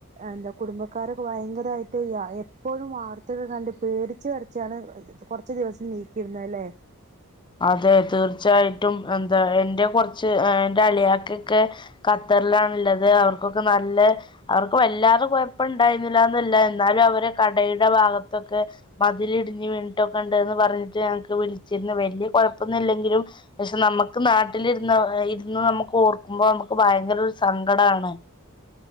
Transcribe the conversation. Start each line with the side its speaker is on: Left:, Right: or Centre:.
Right: എന്ത കുടുംബക്കാരെക്കെ ഭയങ്കരമായിട്ട് എപ്പോഴും വാർത്തകൾ കണ്ട് പേടച്ചു വിറച്ചാണ് കുറച്ച് ദിവസം നീക്കിരുന്നല്ലേ
Left: അതെ തീർച്ചയായിട്ടും എന്താ എന്റെ കുറച്ച് എന്റെ അളിയാക്കൊക്കെ കത്തറിലാണുള്ളത് അവർക്കൊക്കെ നല്ല അവർക്ക് വല്ലാത കുഴപ്പം ഇണ്ടായിരുന്നില്ലന്നല്ല എന്നാലും അവരുടെ കടയുടെ ഭാഗത്തൊക്കെ മതിലിടിഞ്ഞ് വീണിട്ടൊക്കെ ഉണ്ടെന്ന് പറഞ്ഞിട്ട് ഞങ്ങക്ക് വിളിച്ചിരുന്ന വല്യ കുഴപ്പൊന്നുല്ലെങ്കിലും പക്ഷെ നമുക്ക് നാട്ടിലിരുന്ന് ഇരുന്ന് നമുക്ക് ഓർക്കുമ്പോ നമുക്ക് ഭയങ്കര ഒരു സങ്കടാണ്